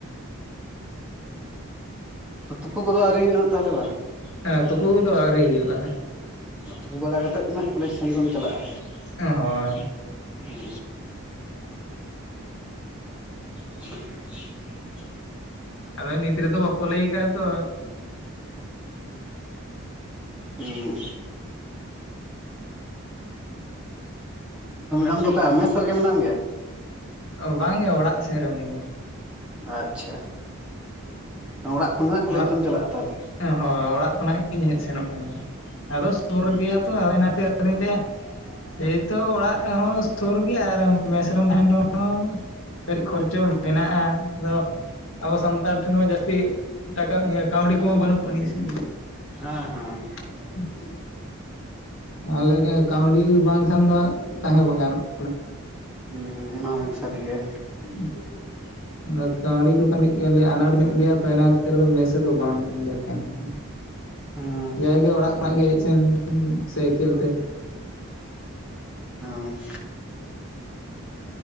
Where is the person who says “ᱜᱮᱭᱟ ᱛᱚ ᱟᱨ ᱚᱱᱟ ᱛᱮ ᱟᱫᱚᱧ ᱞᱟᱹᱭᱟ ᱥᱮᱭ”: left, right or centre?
Left